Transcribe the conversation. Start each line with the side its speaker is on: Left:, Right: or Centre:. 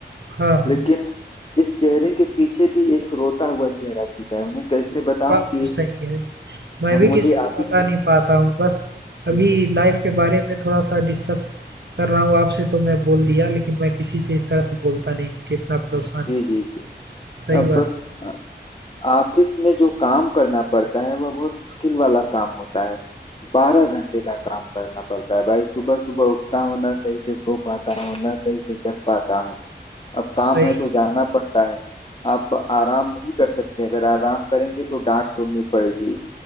Right: हाँ,
Left: लेकिन इस चेहरे के पीछे भी एक रोता हुआ चेहरा छिपा है उन्हें कैसे बताऊं
Right: बात
Left: कि
Right: तो सही है। मैं
Left: हम
Right: भी
Left: मुझे
Right: किसी को
Left: ऑफिस
Right: बता
Left: में
Right: नहीं पाता हूँ। बस
Left: जी
Right: अभी लाइफ़ के बारे में थोड़ा-सा डिस्कस कर रहा हूँ आपसे तो मैं बोल दिया, लेकिन मैं किसी से इस तरह से बोलता नहीं हूँ कि इतना परेशान
Left: जी
Right: हूँ।
Left: जी जी
Right: सही
Left: अब
Right: बात है,
Left: अ, ऑफिस में जो काम करना पड़ता है वह बहुत मुश्किल वाला काम होता है बारह घंटे का काम करना पड़ता है भाई सुबह सुबह उठता हूँ ना सही से सो पाता हूँ ना सही से जग पाता हूँ अब काम
Right: सही
Left: है
Right: बात
Left: तो जाना
Right: है।
Left: पड़ता है आप आराम नहीं कर सकते अगर आराम करेंगे तो डांट सुननी पड़ेगी